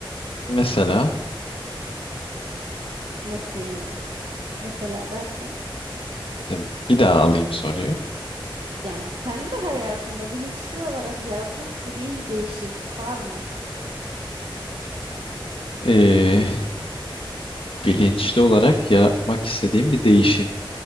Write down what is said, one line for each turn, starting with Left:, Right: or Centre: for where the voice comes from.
Left: Mesela
Right: Nasıl yani? Mesela derken
Left: ya bir daha alayım soruyu.
Right: yani kendi hayatında bilinçli olarak yaratmak istediğin bir değişim var mı?
Left: Ee, bilinçli olarak yapmak istediğim bir değişim.